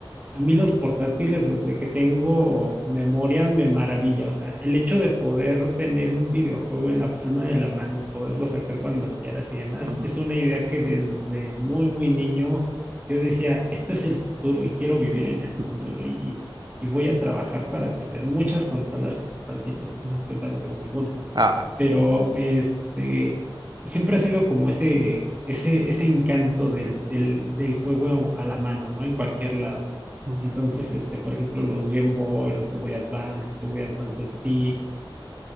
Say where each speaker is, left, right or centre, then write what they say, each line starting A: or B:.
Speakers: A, on the right; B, on the right.
A: A mí los portátiles, desde que tengo memoria, me maravilla. O sea, el hecho de poder tener un videojuego en la palma de la mano y poderlo sacar cuando quieras y demás,
B: Ujú,
A: es una idea que desde muy, muy niño yo decía, este es el futuro y quiero vivir en el futuro
B: ujú,
A: y, y voy a trabajar para tener muchas consolas portátiles y demás,
B: ujú.
A: que ahorita no tengo ninguna
B: Ah,
A: pero este, siempre ha sido como ese, ese, ese encanto del, del, del juego a la mano, ¿no? En cualquier lado.
B: ujú.
A: Entonces, este, por ejemplo, los Game Boy, los Game Boy Advance, los Game Boy Advance SP, eh,